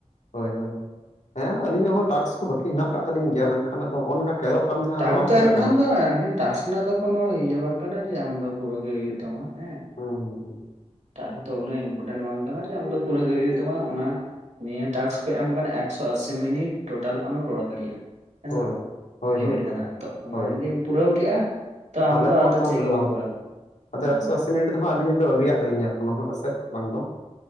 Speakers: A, on the left; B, on the right.
A: ᱦᱳᱭ ᱦᱳᱭ ᱦᱮᱸ ᱟᱹᱞᱤᱧᱟᱜ
B: ᱦᱩᱸ
A: ᱦᱚᱸ ᱴᱟᱥᱠ ᱠᱚ ᱵᱟᱹᱠᱤ ᱦᱮᱱᱟᱜ ᱟᱠᱟᱫ ᱛᱟᱹᱞᱤᱧ ᱜᱮᱭᱟ ᱢᱮᱱᱠᱷᱟᱱ ᱟᱫᱚ ᱱᱚᱜᱼᱚᱭ ᱱᱚᱝᱠᱟ ᱠᱮᱫᱚᱜ ᱠᱟᱱ ᱛᱟᱦᱮᱸᱫ
B: ᱴᱟᱝ
A: ᱟᱫᱚ ᱵᱟᱝ
B: ᱛᱟᱦᱮᱱ
A: ᱯᱩᱨᱟᱹᱜ
B: ᱠᱷᱟᱱ
A: ᱠᱟᱱᱟ
B: ᱫᱚ ᱮᱱᱠᱷᱟᱱ ᱴᱟᱥᱠ ᱨᱮᱱᱟᱜ ᱫᱚ ᱠᱳᱱᱳ ᱤᱭᱟᱹ ᱵᱟᱝ ᱠᱟᱱᱟ ᱡᱮ ᱟᱢ ᱫᱚ ᱯᱩᱨᱟᱹᱣ ᱜᱮ ᱦᱩᱭᱩᱜ ᱛᱟᱢᱟ ᱦᱮᱸ
A: ᱦᱮᱸ ᱦᱮᱸ ᱦᱮᱸ
B: ᱴᱟᱝ ᱫᱚ ᱩᱱᱟᱹᱜ ᱤᱱᱯᱳᱴᱮᱱ ᱵᱟᱝ ᱠᱟᱱᱟ ᱡᱮ ᱟᱢ ᱫᱚ ᱯᱩᱨᱟᱹ ᱜᱮ ᱦᱩᱭᱩᱜ ᱛᱟᱢᱟ ᱚᱱᱟ ᱱᱤᱭᱟᱹ ᱴᱟᱥᱠ ᱠᱚ ᱮᱢ ᱟᱠᱟᱱᱟ ᱮᱠᱥᱚ ᱟᱥᱤ ᱢᱤᱱᱤᱴ ᱴᱳᱴᱟᱞ ᱟᱢᱮᱢ ᱨᱚᱲ ᱫᱟᱲᱮᱭᱟᱜᱼᱟ᱾ ᱦᱮᱸ
A: ᱦᱳᱭ
B: ᱥᱮ ᱵᱟᱝ
A: ᱦᱳᱭ
B: ᱞᱤᱢᱤᱴ
A: ᱦᱳᱭ ᱦᱳᱭ
B: ᱠᱟᱱᱟ ᱛᱚ ᱚᱱᱟ
A: ᱦᱳᱭ
B: ᱡᱩᱫᱤᱢ ᱯᱩᱨᱟᱹᱣ ᱠᱮᱜᱼᱟ᱾ ᱛᱚ
A: ᱛᱟᱦᱚᱞᱮ
B: ᱟᱢ ᱫᱚ
A: ᱦᱟᱸᱜ
B: ᱟᱫᱚ ᱪᱮᱫ
A: ᱚᱱᱛᱮ
B: ᱜᱮ
A: ᱫᱚ
B: ᱵᱟᱢ
A: ᱵᱟᱝ
B: ᱠᱚᱨᱟᱣ
A: ᱟᱫᱚ
B: ᱦᱩᱸ
A: ᱮᱠᱥᱚ ᱟᱥᱤ ᱢᱤᱱᱤᱴ ᱫᱚ ᱦᱟᱸᱜ ᱟᱹᱞᱤᱧᱟᱜ ᱫᱚ ᱟᱹᱣᱨᱤᱭᱟᱜ ᱛᱟᱹᱞᱤᱧᱟ ᱠᱚᱱᱦᱚ ᱚᱥᱮᱫ ᱵᱟᱝ ᱫᱚ